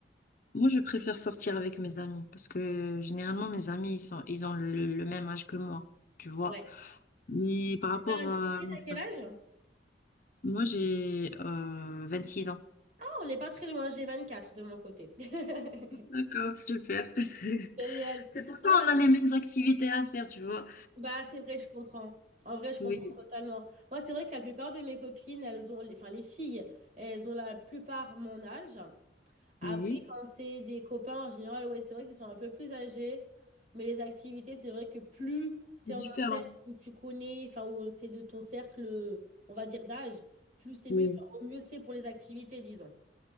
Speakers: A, on the left; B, on the right.
A: Moi, je préfère sortir avec mes amis parce que généralement, mes amis, ils sont, ils ont le, le même âge que moi, tu vois.
B: Ouais.
A: Mais par rapport
B: T'as indiscret,
A: à ma
B: à
A: femme,
B: quel âge?
A: moi, j'ai euh, 26 ans.
B: Ah, on n'est pas très loin, j'ai 24 de mon côté. <laughs>
A: D'accord, super. <laughs>
B: Génial.
A: C'est pour ça
B: Ah
A: qu'on
B: bah,
A: a les mêmes activités à faire, tu vois.
B: bah, c'est vrai je comprends. En vrai, je comprends
A: Oui,
B: totalement. Moi, c'est vrai que la plupart de mes copines, elles ont, les- enfin, les filles, elles ont la plupart mon âge. Après,
A: oui,
B: quand c'est des copains, en général, ouais, c'est vrai qu'ils sont un peu plus âgés. Mais les activités, c'est vrai que plus
A: c'est
B: tu es
A: différent.
B: dans un cercle où tu connais, enfin, où c'est de ton cercle, on va dire, d'âge, plus c'est
A: Oui.
B: mieux, enfin, au mieux c'est pour les activités, disons.